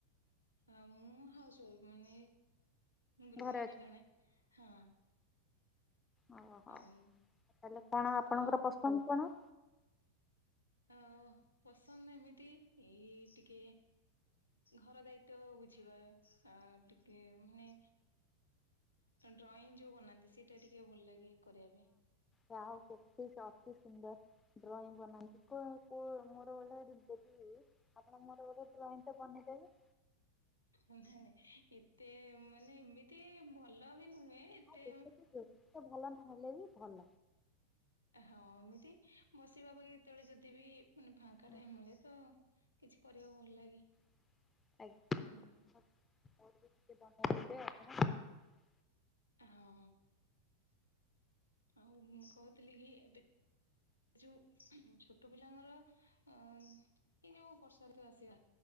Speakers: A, on the left; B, on the left.
A: ଆ ମୁଁ ହାଉସୱାଇଫ ମାନେ ମୁଁ ଗରୁୋହି
B: ଘରେ ଅଛ
A: ଜଣେ। ହଁ
B: ଓହୋ
A: ଆଉ
B: ତାହେଲେ କଣ ଆପଣଙ୍କର
A: ତ
B: ପସନ୍ଦ କଣ?
A: ଅ ପସନ୍ଦ ଏମିତି ଏଇ ଟିକେ ଘର ଦାୟିତ୍ଵ ବୁଝିବା। ଆ ଟିକେ ମାନେ ଡ୍ରଇଂ ଯୋଉ ବନାହାନ୍ତି ସେଇଟା ଟିକେ ଭଲ ଲାଗେ କରିବା ପାଇଁ
B: ହଁଉ କେ ଚତି ସୁନ୍ଦର ଡ୍ରଇଂ ବନାନ୍ତି କ ହ ମୋରଳ ଆପଣ ମୋର ଗୋଟେ ଡ୍ରଇଂ ଟେ ବନେଇଦେବେ।
A: ନାଇଁ ନାଇଁ ଏତେ ମାନେ ଏମିତି ଭଲ ବି ନୁହେଁ। ଏତେ।
B: ଆଉ ଦେଖୁଛି ଭଲ ବି। ଭଲ।
A: ହଁ ଏମିତି। ବସିବା ବଇ କେତେବେଳେ ଯଦି ବିି। ମାନେ ଫାଙ୍କାଟାଇମ୍
B: ହୁଁ
A: ମିଳେ ତ। କିଛି କରିବାକୁ ଭଲ ଲାଗେ।
B: ଆଜ୍ଞା।
A: ଆଉ
B: <inaudible>
A: ହଁ ଆଉ ମୁଁ କହୁଥିଲି କି ଏବେ ଯୋ ଛୋଟ ପିଲାଙ୍କର ଅ ଏ ଯୋଉ ବର୍ଷା ଋତୁ ଆସିବା